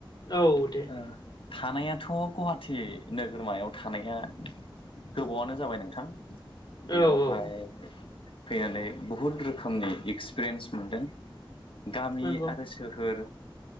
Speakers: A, on the left (about 55°); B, on the left (about 85°).
A: औ दे
B: ओ। थानायाथ' गुवाहाटि नोगोरमायाव थानाया गोबावानो जाबाय नोंथां। बेआवहाय
A: औ औ
B: फैनानै बुहुत रोखोमनि एक्सपिरियेन्स मोनदों। गामि
A: नंगौ
B: आरो सोहोर